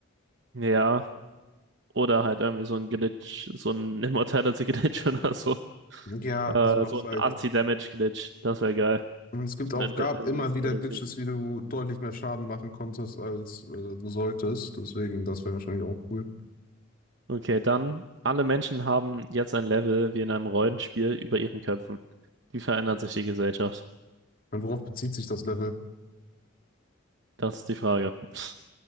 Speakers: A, on the right; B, on the left.
A: Ja. Oder halt irgendwie so ein Glitch, so ein Immortality-Glitch <laughs> oder so.
B: Ja,
A: Äh,
B: sowas
A: so ein
B: halt.
A: Anti-Damage-Glitch. Das wäre geil.
B: Und Es gibt
A: So
B: auch,
A: ein
B: gab
A: Invin- Invincibility.
B: immer wieder Glitches, wie du deutlich mehr Schaden machen konntest, als äh, du solltest. Deswegen, das wäre wahrscheinlich auch cool.
A: Okay, dann. Alle Menschen haben jetzt ein Level wie in einem Rollenspiel über ihren Köpfen. Wie verändert sich die Gesellschaft?
B: Und worauf bezieht sich das Level?
A: Das ist die Frage. <laughs>